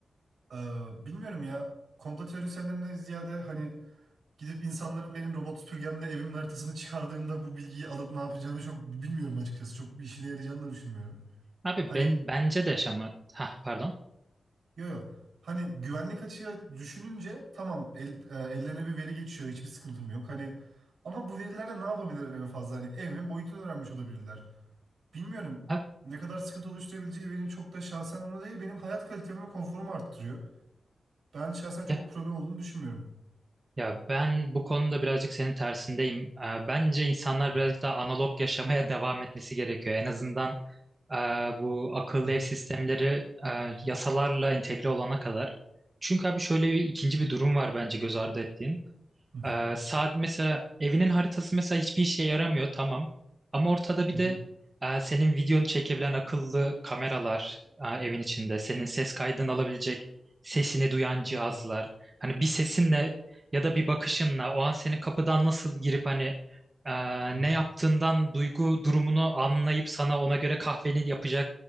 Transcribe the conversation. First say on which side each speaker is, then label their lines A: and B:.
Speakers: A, on the right; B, on the right.
A: Ee, bilmiyorum ya. Komplo teorisyenlerine ziyade hani gidip insanların benim robot süpürgemle evimin haritasını çıkardığımda bu bilgiyi alıp ne yapacağını çok bilmiyorum açıkçası. Çok bir işine yarayacağını da düşünmüyorum.
B: Abi
A: Hani
B: ben bence de yaşama. Ha pardon.
A: Yo yo. Hani güvenlik açığı düşününce tamam el, e, ellerine bir veri geçiyor hiçbir sıkıntım yok. Hani ama bu verilerle ne yapabilirler en fazla? Hani evimin boyutunu öğrenmiş olabilirler. Bilmiyorum
B: Abi,
A: ne kadar sıkıntı oluşturabileceği benim çok da şahsen onu değil benim hayat kalitemi ve konforumu arttırıyor. Ben şahsen çok
B: ya,
A: bir problem olduğunu düşünmüyorum.
B: ya ben bu konuda birazcık senin tersindeyim. Ee, bence insanlar
A: Hı,
B: birazcık daha analog yaşamaya <laughs> devam etmesi gerekiyor. En azından e, bu akıllı
A: hı,
B: ev sistemleri e, yasalarla entegre olana kadar. Çünkü abi şöyle bir ikinci bir durum var bence göz ardı ettiğin.
A: hı,
B: Ee, saat mesela evinin haritası mesela hiçbir işe yaramıyor tamam. Ama ortada bir
A: hı, hı,
B: de e, senin videonu çekebilen akıllı kameralar e, evin içinde. Senin ses kaydını alabilecek, sesini duyan cihazlar. Hani bir sesinle ya da bir bakışınla o an senin kapıdan nasıl girip hani e,
A: hı.
B: ne yaptığından duygu durumunu anlayıp sana ona göre kahveni yapacak